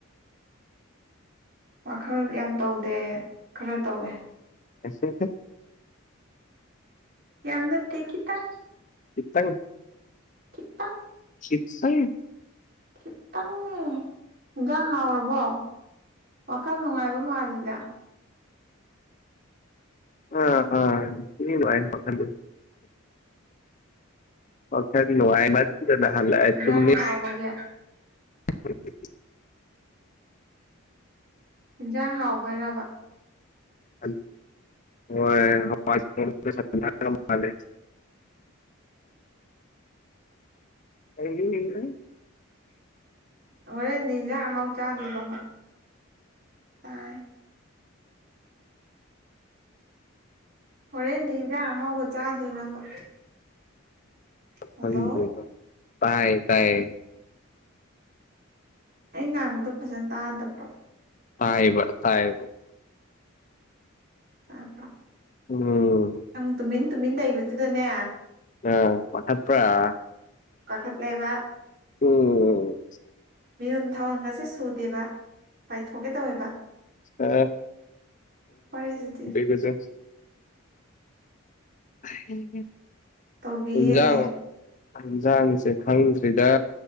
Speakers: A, on the right (about 50°); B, on the left (about 35°).
A: ꯋꯥꯈꯜ ꯌꯥꯝ ꯇꯧꯗꯦ ꯈꯔ ꯇꯧꯋꯦ
B: <unintelligible>
A: ꯌꯥꯝ ꯅꯠꯇ‌ꯦ ꯈꯤꯠꯇꯪ
B: ꯈꯤꯇꯪ
A: ꯈꯤꯇꯪ
B: <unintelligible>
A: ꯈꯤꯇꯪ ꯏꯟꯖꯥꯡ ꯍꯥꯎꯔꯕꯣ ꯋꯥꯈꯜ ꯅꯨꯡꯉꯥꯏꯕ ꯃꯥꯜꯂꯤꯗ
B: ꯑ ꯑꯥ ꯊꯤ ꯅꯨꯉꯥꯏ ꯋꯥꯈꯟꯗꯤ ꯋꯥꯈꯟ ꯅꯨꯡꯉꯥꯏꯃꯟꯗꯅ ꯍꯜꯂꯛꯑ
A: ꯏꯟꯖꯥꯡ
B: ꯇꯨꯝꯃꯤ
A: ꯍꯥꯎꯕꯒꯤ
B: <unintelligible>
A: ꯌꯦꯟꯁꯥꯡ ꯍꯥꯎꯕꯩꯔꯕ
B: ꯍꯣꯏ <inaudible> <unintelligible>
A: ꯍꯣꯔꯦꯟꯗꯤ ꯌꯦꯟꯖꯥꯡ ꯑꯍꯥꯎ ꯆꯥꯗꯨꯢꯔꯕ ꯇꯥꯏ ꯍꯣꯔꯦꯟꯗꯤ ꯏꯟꯖꯥꯡ ꯑꯍꯥꯎꯕ ꯆꯥꯗꯣꯏꯔꯕ
B: <unintelligible>
A: ꯍꯜꯂꯣ
B: ꯇꯥꯏ ꯇꯥꯏ
A: ꯑꯩ ꯉꯥꯡꯕꯗꯣ ꯐꯖꯅ ꯇꯥꯗꯕ꯭ꯔꯣ
B: ꯇꯥꯏꯕ ꯇꯥꯏꯕ
A: ꯇꯥꯕ꯭ꯔꯣ
B: ꯎꯝ
A: ꯅꯪ ꯇꯨꯃꯤꯟ ꯇꯨꯃꯤꯟ ꯂꯩꯕꯗꯨꯗꯅꯦ
B: ꯑꯥ ꯄꯥꯈꯠꯄꯔ
A: ꯄꯥꯈꯠꯂꯦꯕ
B: ꯎꯝ
A: ꯃꯤꯍꯨꯟ ꯊꯥꯎꯟꯒꯁꯦ ꯁꯨꯗꯦꯕ ꯄꯥꯏꯊꯣꯛꯀꯦ ꯇꯧꯋꯦꯕ--ꯋꯥꯔꯤꯁꯤꯗꯤ
B: ꯑ ꯁꯦ <unintelligible> ꯀꯩ
A: ꯇꯧꯕꯤꯌꯦꯅꯦ
B: ꯖꯦꯟꯂ ꯌꯦꯟꯁꯥꯡꯁꯦ ꯈꯪꯗ꯭ꯔꯤꯗ